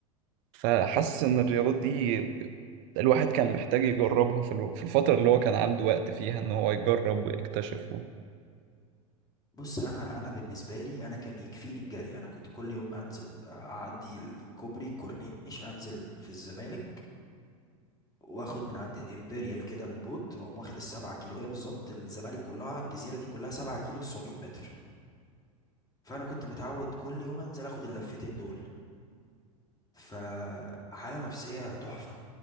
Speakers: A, on the right; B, on the left.
A: فحاسس إن الرياضات دي الواحد كان محتاج يجربها في الو- في الفترة اللي هو كان عنده وقت فيها إن هو يجرب ويكتشف و...
B: بص انا انا بالنسبه لي انا كان يكفيني الجري انا كنت كل يوم انزل اعدي الكوبري الكورنيش انزل في الزمالك واخد من عند الامبريال كده البوت اقوم واخد السبعة كيلو هي بالظبط الزمالك كلها الجزيره دي كلها سبعة كيلو 900 متر فانا كنت متعود كل يوم انزل اخد اللفتين دول فحاله نفسيه تحفه